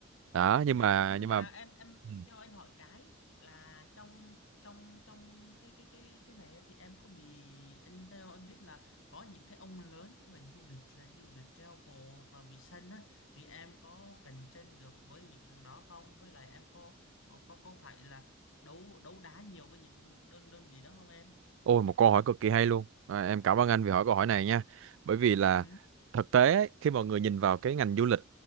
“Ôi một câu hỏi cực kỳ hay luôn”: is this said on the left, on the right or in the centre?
Right